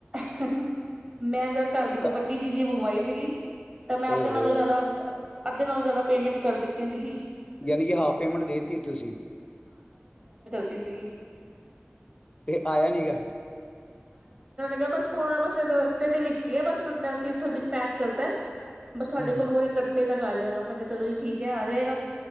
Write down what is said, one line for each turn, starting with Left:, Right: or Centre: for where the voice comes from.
Right: ਤਾਂ ਮੈਂ ਜਰਾ ਘਰ ਦੀ ਕੋਈ
Left: ਕ-
Right: ਵੱਡੀ ਚੀਜ਼ ਹੀ ਮੰਗਵਾਈ ਸੀਗੀ ਤਾਂ ਮੈਂ ਅੱਧੇ
Left: ਓਹੋ
Right: ਨਾਲੋਂ ਜ਼ਿਆਦਾ ਅੱਧੇ ਨਾਲੋਂ ਜ਼ਿਆਦਾ ਪੇਮੈਂਟ ਕਰ ਦਿੱਤੀ ਸੀਗੀ
Left: ਯਾਨੀ ਕਿ ਹਾਫ ਪੇਮੈਂਟ ਦੇਤੀ ਤੁਸੀਂ
Right: ਕੀਤੀ ਸੀਗੀ
Left: ਤੇ ਆਇਆ ਨੀ ਗਾ
Right: ਤੇ ਬਸ <unintelligible> ਥੋੜਾ ਮਸ ਰਸਤੇ ਦੇ ਵਿੱਚ ਹੀ ਹੈ ਬਸ ਅਸੀਂ ਇਥੋਂ ਡਿਸਪੈਚ ਕਰਤਾ ਬਸ ਸਾਡੇ
Left: ਹੂੰ
Right: ਕੋਲ ਹੋਰ ਇੱਕ ਅੱਡੇ ਤੱਕ ਆ ਜਾਏਗਾ। ਮੈਂ ਕਿਹਾ ਚਲੋ ਜੀ ਠੀਕ ਹੈ ਆ ਜਾਏਗਾ